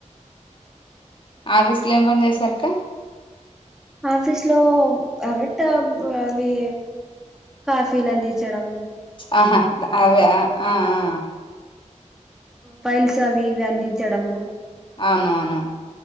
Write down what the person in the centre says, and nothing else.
ఆఫీస్ లో అబట్ అవి. కాఫీలు అందించడం.
పైల్స్ అవి ఇవి అందించడము.